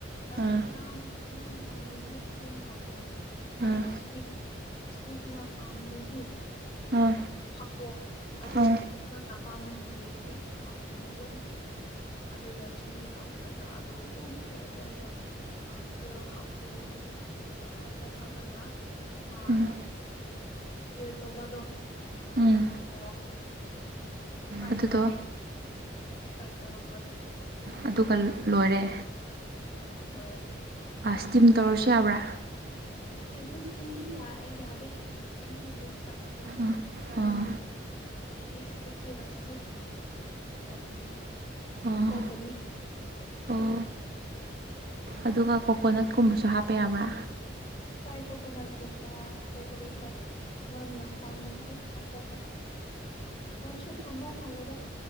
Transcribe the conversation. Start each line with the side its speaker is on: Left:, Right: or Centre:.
Left: ꯅꯪꯅ
Right: ꯑꯥ
Left: ꯌꯥꯝ ꯌꯥꯝ ꯄꯥꯝꯃꯦꯗꯤ ꯌꯥꯝ ꯍꯥꯞꯄꯣ ꯅꯪꯅ
Right: ꯑꯥ
Left: ꯁ꯭ꯋꯤꯛ ꯁ꯭ꯋꯤꯛꯅ ꯄꯥꯝꯔꯤꯗꯤ
Right: ꯑꯥ
Left: ꯍꯥꯞꯄꯣ ꯑꯗꯨ
Right: ꯑꯥ
Left: ꯅꯪ ꯑꯄꯥꯝꯗ꯭ꯔꯤꯗꯤ ꯍꯥꯞꯀꯨꯅꯨ ꯌꯥꯝ ꯑꯗꯨꯒ ꯆꯤꯅꯤ ꯍꯥꯞꯄ꯭ꯔꯒ ꯑꯗꯨꯝ ꯏꯁꯇꯤꯌꯥꯔ ꯇꯧꯔꯒ ꯇꯦꯜ ꯍꯥꯞꯄꯣ ꯍꯆꯦꯜ ꯍꯥꯄ ꯍ ꯆꯦꯜ ꯍꯥꯄꯔꯒ ꯃꯥ
Right: ꯎꯝ
Left: ꯏꯁꯇꯤꯌꯔ ꯇꯣꯕꯥꯗꯣ
Right: ꯎꯝ
Left: ꯑꯣ ꯇ꯭ꯔꯥꯏ
Right: ꯑꯗꯨꯗꯣ
Left: ꯇꯧꯔꯣ ꯍꯣꯏ ꯇ꯭ꯔꯥꯏ ꯇꯧꯔꯣ ꯍꯣꯏ
Right: ꯑꯗꯨꯒ ꯂꯣꯏꯔꯦ
Left: ꯂꫭꯏꯔꯦ
Right: ꯑꯁꯇꯤꯝ ꯇꯧꯔꯁꯨ ꯌꯥꯕ꯭ꯔꯥ
Left: ꯏꯁꯇꯤꯝ ꯏꯁꯇꯤꯝꯗꯤ ꯌꯥ ꯌꯥꯗꯦ ꯏꯁꯇꯤꯝꯗꯤ ꯌꯥꯗꯦ ꯐ꯭ꯔꯥꯏ ꯇꯧꯔꯣ
Right: ꯑꯥ
Left: ꯍꯣꯏ
Right: ꯑꯣ
Left: ꯑꯗꯨꯗꯤ ꯏꯁꯇꯛ ꯀꯤꯔꯁꯤ ꯋꯥꯈꯛꯅ‌ꯦ
Right: ꯑꯣ
Left: ꯊꯣꯛꯒꯅꯤ
Right: ꯑꯣ ꯑꯗꯨꯒ ꯀꯣꯀꯣꯅꯠꯀꯨꯝꯕꯁꯨ ꯍꯥꯞꯄ ꯌꯥꯕ꯭ꯔꯥ
Left: ꯍꯣꯏ ꯀꯣꯀꯣꯅꯠꯀꯨꯝꯕ ꯀꯔꯤ ꯀꯔꯤ ꯍꯣꯏ ꯅꯪ ꯅ ꯄꯥꯝꯕ꯭ꯔꯗꯤ ꯍꯥꯞꯄꯣ ꯍꯣꯏ ꯅꯟꯁꯨ ꯈꯝꯕ ꯃꯥꯜ ꯂ‌ꯦꯗ